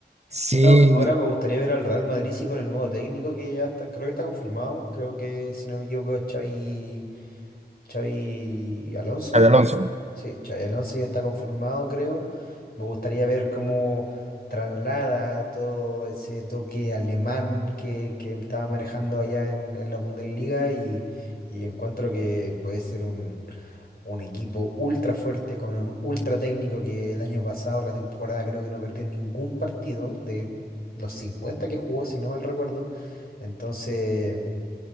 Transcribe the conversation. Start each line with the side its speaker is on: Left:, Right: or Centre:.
Right: Sí,
Left: Bueno, ahora me gustaría ver al Real Madrid sí, con el nuevo técnico que ya está, creo que está confirmado. Creo que, si no me equivoco, es Xavi, Xavi Alonso.
Right: Xabi Alonso.
Left: Sí, Xavi Alonso ya está confirmado, creo. Me gustaría ver cómo traslada todo ese toque alemán que, que estaba manejando allá en, en la Bundesliga y, y encuentro que puede ser un, un equipo ultra fuerte con un ultra técnico que el año pasado, la temporada, creo que no perdió ningún partido de los 50 que jugó, si no mal recuerdo. Entonces,